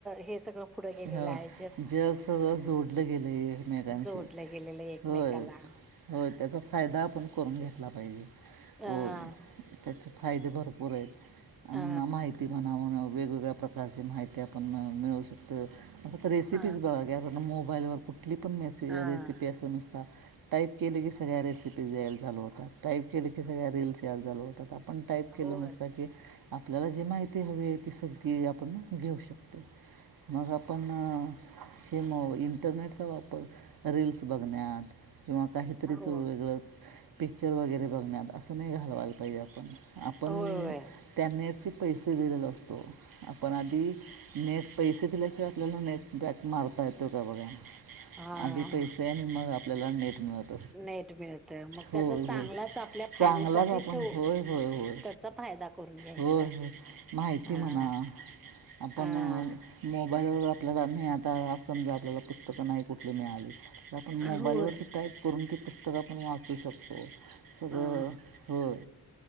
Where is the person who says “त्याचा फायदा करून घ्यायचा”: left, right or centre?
Centre